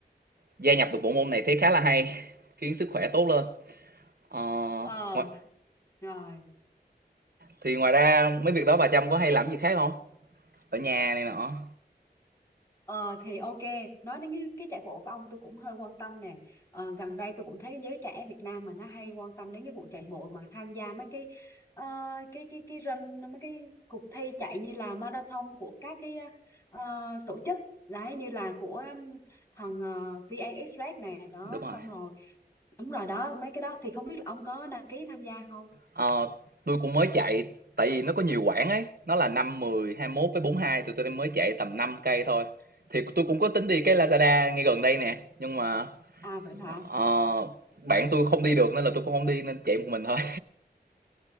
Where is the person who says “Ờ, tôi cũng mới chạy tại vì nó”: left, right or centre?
Right